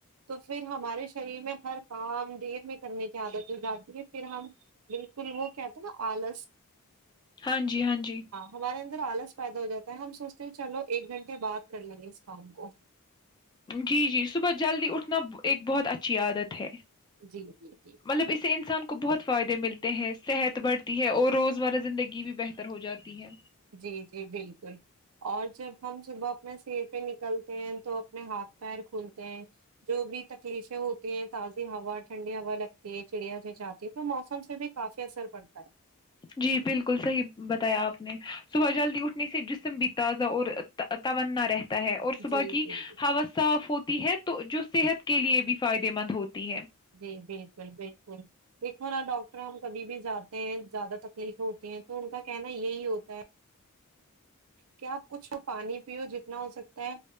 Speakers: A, on the right (about 70°); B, on the left (about 20°).
A: تو پھر ہمارے شریر میں ہر کام دیر میں کرنے کی عادت ہو جاتی ہے پھر ہم بالکل وہ کہتے ہیں نا آلس
B: ہاں جی ہاں جی
A: ہمارے اندر آلس پیدا ہو جاتا ہے ہم سوچتے ہیں چلو ایک گھنٹے بعات کر لیں گے اس کام کو
B: جی جی صبح جلدی اٹھنا ایک بہت اچھی عادت ہے
A: جی جی جی
B: مطلب اسے انسان کو بہت فائدے ملتے صحت بڑھتی ہے اور روزمرہ زندگی بھی بہتر ہو جاتی ہے
A: جی جی بالکل اور جب ہم صبح اپنے سیر پہ نکلتے ہیں تو اپنے ہاتھ پیر کھولتے ہیں جو بھی تکلیفیں ہوتی ہیں تازی ہوا ٹھنڈی ہوا لگتی ہے چڑیا چھنچھاتی ہے تو موسم سے بھی کافی اثر پڑتا ہے
B: جی بالکل صحیح بتایا آپ نے صبح جلدی اٹھنے سے جسم بھی تازہ اور توانا رہتا ہے اور صبح
A: جی
B: کی
A: جی جی
B: ہوا صاف ہوتی ہے تو جو صحت کے لیے بھی فائدے مند ہوتی ہے
A: جی بالکل بالکل دیکھو نا ڈاکٹر ہم کبھی بھی جاتے ہیں زیادہ تکلیف ہوتی ہیں تو ان کا کہنا یہی ہوتا ہے کہ آپ کچھ ہو پانی پیو جتنا ہو سکتا ہے